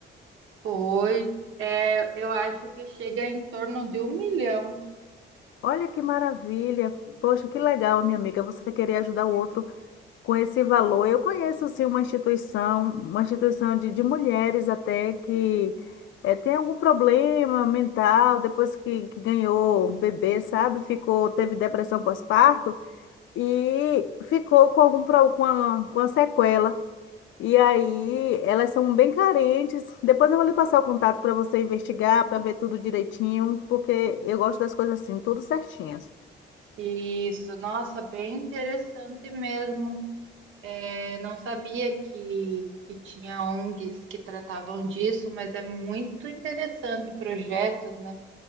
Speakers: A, on the right (about 80°); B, on the left (about 75°).
A: Foi. É, eu acho que chega em torno de um milhão.
B: Olha que maravilha. Poxa, que legal, minha amiga, você querer ajudar o outro com esse valor. Eu conheço sim uma instituição, uma instituição de, de mulheres até que eh, tem algum problema mental, depois que, que ganhou bebê, sabe? Ficou, teve depressão pós-parto. e ficou com algum pro- com a, com a sequela. E aí elas são bem carentes. Depois eu vou lhe passar o contato para você investigar, para ver tudo direitinho, porque eu gosto das coisas assim, tudo certinhas.
A: Isso, nossa, bem interessante mesmo. Eu não sabia que, que tinha ONGs que tratavam disso, mas é muito interessante projetos, né?